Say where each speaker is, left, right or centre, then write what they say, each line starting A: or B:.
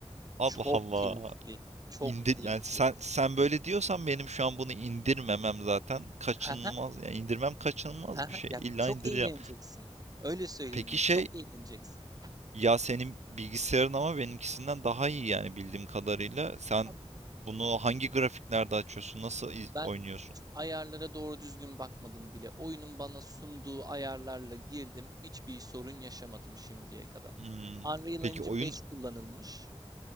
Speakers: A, on the right; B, on the right.
A: Allah
B: Çok
A: Allah.
B: keyifli. Çok
A: İndir
B: keyifli.
A: yani sen sen böyle diyorsan benim şu an bunu indirmemem zaten kaçınılmaz.
B: Haha,
A: Yani indirmem kaçınılmaz
B: haha.
A: bir şey.
B: Ya
A: İlla
B: çok
A: indireceğim.
B: eğleneceksin. Öyle söyleyeyim.
A: Peki şey
B: Çok eğleneceksin.
A: ya senin bilgisayarın ama benimkisinden daha iyi yani bildiğim kadarıyla. Sen
B: Abi,
A: bunu hangi grafiklerde açıyorsun? Nasıl iz-
B: ben
A: oynuyorsun?
B: hiç ayarlara doğru düzgün bakmadım bile. Oyunun bana sunduğu ayarlarla girdim. Hiçbir sorun yaşamadım şimdiye kadar.
A: Hmm.
B: Unreal
A: Peki
B: Engine
A: oyun
B: 5 kullanılmış.